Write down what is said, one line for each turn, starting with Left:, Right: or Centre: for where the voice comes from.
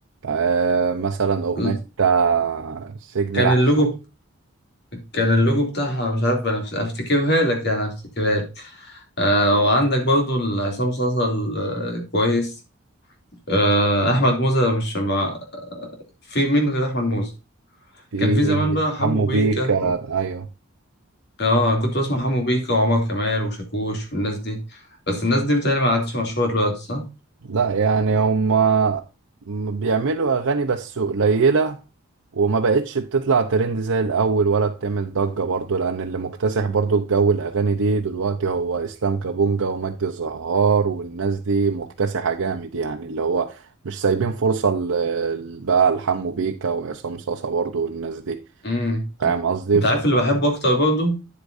Right: آه، مثلا أغنية
Left: ال-
Right: آه، سجن
Left: كان
Right: العسل
Left: اللوجو ب- كان اللوجو بتاعها مش عارف أنا أفتكرها لك يعني أفتكرها لك آه وعندك برضو ال- عصام صاصا ال- آه، كويس آه أحمد موزة مش مع في مين غير أحمد موزة
Right: في
Left: كان في زمان بقى حمو
Right: حمو
Left: بيكا
Right: بيكا أيوه
Left: آه أنا كنت بسمع حمو بيكا وعمر كمال وشاكوش والناس دي بس الناس دي بتهيألي ما عادش مشهورة دلوقتي صح؟
Right: لا يعني هما م- بيعملوا اغاني بس قليلة وما بقتش بتطلع ترند زي الاول ولا بتعمل ضجة برضو لان اللي مكتسح برضو الجو الاغاني دي دلوقتي هو اسلام كابونجا ومجدي الزهار والناس دي مكتسحة جامد يعني اللي هو مش سايبين فرصة ل- ل- بقى لحمو بيكا وعصام صاصا برضو والناس دي
Left: مم.
Right: فاهم قصدي
Left: أنت
Right: ف
Left: عارف اللي بحبه أكتر برضو